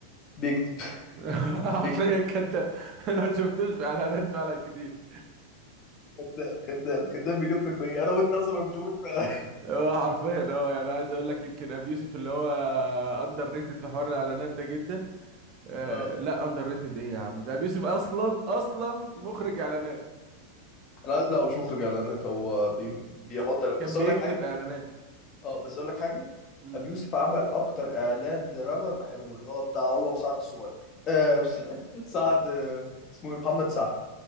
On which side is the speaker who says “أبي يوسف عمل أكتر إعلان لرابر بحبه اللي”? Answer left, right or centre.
Left